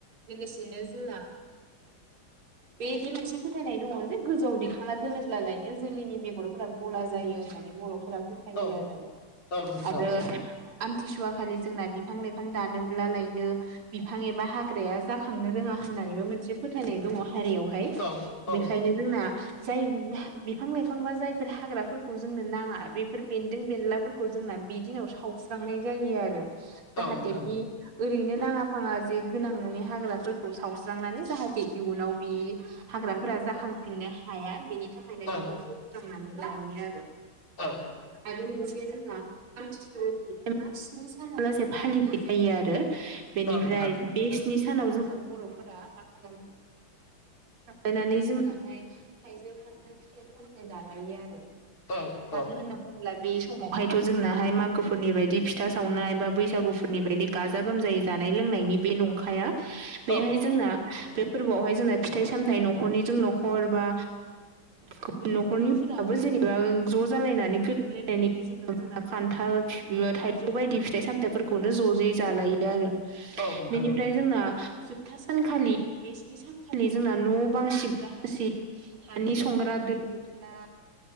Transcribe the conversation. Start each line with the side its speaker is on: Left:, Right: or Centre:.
Right: लोगोसेनो जोंना बेबायदि मोनसे फोथायनाय दङ जे गोजौआव दिखांना दोनोब्लालायनो जोलैनि बेगरफोरा गला जायो होननानै बर'फोरा फोथायो
Left: औ
Right: आरो
Left: औ नोंथां
Right: आरो
Left: औ
Right: आमथिसुवा खालि जोंना बिफां लाइफां दानोब्ला लायनो बिफां एबा हाग्राया जाखांनो रोङा होननानैबो मोनसे फोथायनाय दङ हारियावहाय
Left: औ औ
Right: बेखायनो जोंना जाय बिफां लाइफां बा जायफोर हाग्राफोरखौ जोंनो नाङा बेफोर बेन्दों बेनलाफोरखौ जोंना बि दिनाव सावस्रांनाय जायो आरो
Left: औ
Right: जाहाथे
Left: नोंथां
Right: बे ओरैनो नाङा फाङा जे गोनां नङि हाग्राफोरखौ सावस्रांनानै जाहाथे इयुनाव बियो हाग्राफोरा जाखांफिननो हाया बेनि थाखाय बेनि
Left: औ
Right: थाखायनो बेखौ बोस्रांनानै लायो आरो
Left: औ
Right: आय' मोनसे जोंहा <unintelligible> साना लासे फालिनाय जायो आरो बेनिफ्राय
Left: औ नोंथां
Right: बे नि सानाव जोंना बर'फोरा मा खालाम थायनानै जोंनाहाय थाइजौ खान्थाल फिथाइ सामथाय जालायो आरो
Left: औ औ
Right: मानो होनना बुङोब्ला बे समावहायथ' जोंनाहाय मागोफोरनि बायदि फिथा सावनाय बा बैसागुफोरनि बायदि गाजा गोमजायै जानाय लोंनायनि बे नंखाया
Left: औ
Right: बेहाय जोंना बे फोरबोआवहाय जोंना फिथाइ सामथाइ न'खरनिजों न'खर बा गुबुन न'खरनिफोराबो जेनेबा ज' जालायनानै गोरोबलायनायनि गेजेरजों थङाखै खान्थाल थाइजौ बायदि फिथाइ सामथायाइफोरखौनो ज' जयै जालायो आरो
Left: औ नोंथां
Right: बेनिफ्राय जोंना जोबथा सानखालि बे स्नि सानखालि जोंना न' बां सिबग्रा हासिब हानि संग्रा दो दोखला